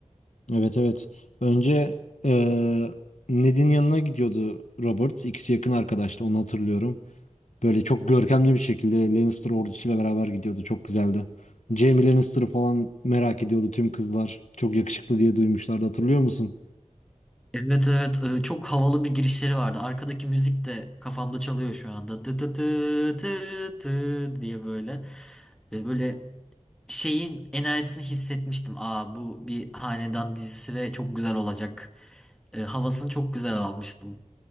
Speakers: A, on the left; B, in the centre.
A: Evet evet. Önce eee Ned'in yanına gidiyordu Robert. İkisi yakın arkadaştı onu hatırlıyorum. Böyle çok görkemli bir şekilde Lannister ordusuyla beraber gidiyordu. Çok güzeldi. Jaime Lannister'ı falan merak ediyordu tüm kızlar. Çok yakışıklı diye duymuşlardı hatırlıyor musun?
B: Evet evet e, çok havalı bir girişleri vardı. Arkadaki müzik de kafamda çalıyor şu anda. Tı tı tı tı tı diye böyle. E, Böyle şeyin enerjisini hissetmiştim. Aa bu bir hanedan dizisi ve çok güzel olacak. E, Havasını çok güzel almıştım.